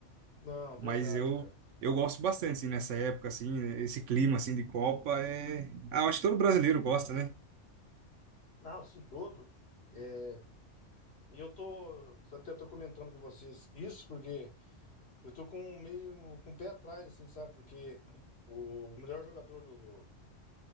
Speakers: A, on the left; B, on the right.
A: Não,
B: Mas
A: verdade,
B: eu
A: cara.
B: eu gosto bastante assim, nessa época assim, esse clima assim de Copa é, ah, eu acho que todo brasileiro gosta, né?
A: Não, sim, todo. É, e eu tô, até tô comentando com vocês isso porque eu tô com meio com o pé atrás, assim, sabe? Porque o melhor jogador do, do,